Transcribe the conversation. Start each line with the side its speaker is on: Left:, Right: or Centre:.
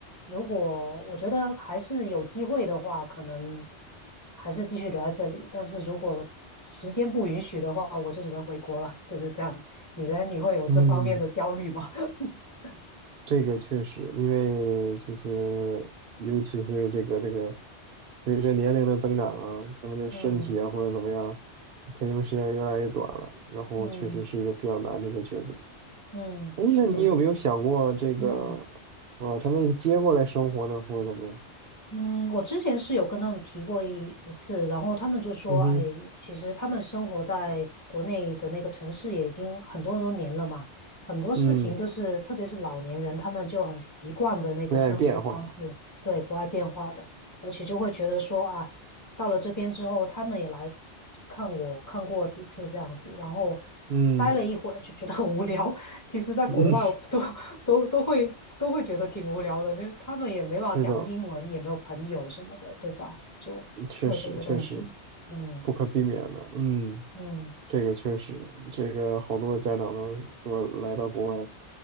Left: 如果我觉得还是有机会的话，可能还是继续留在这里。但是如果时间不允许的话，我就只能回国了，就是这样。你呢？你会有这方面的焦虑吗？
Right: 嗯，
Left: <laughs>
Right: 这个确实，因为就是尤其是这个这个随着年龄的增长啊，他们的身体啊或者怎么样，
Left: 嗯
Right: 陪他们时间越来越短了，然后确实是一个比较难的一个抉择。
Left: 嗯嗯，
Right: 哎，
Left: 是的，
Right: 那你有没有想过这个，
Left: 嗯。
Right: 把他们接过来生活呢，或者怎么样？
Left: 嗯，我之前是有跟他们提过一一次，然后他们就说，
Right: 嗯哼，
Left: 哎，其实他们生活在国内的那个城市也已经很多很多年了嘛，很多事情就是，
Right: 嗯，
Left: 特别是老年人，他们就很习惯的那个生活方式，
Right: 不愿意变化了，
Left: 对，不爱变化的，而且就会觉得说啊，到了这边之后，他们也来看我，看过几次这样子，然后
Right: 嗯
Left: 待了一会儿就觉得很无聊。<laughs> 其实，在国外我都都都会都会觉得挺无聊的，
Right: 嗯，
Left: 就是他们也没办法讲英文，
Right: 是的，
Left: 也没有朋友什么的，对吧？就会有这个问题。
Right: 确实确实
Left: 嗯
Right: 不可避免的，嗯，
Left: 嗯
Right: 这个确实，这个好多家长都说来到国外。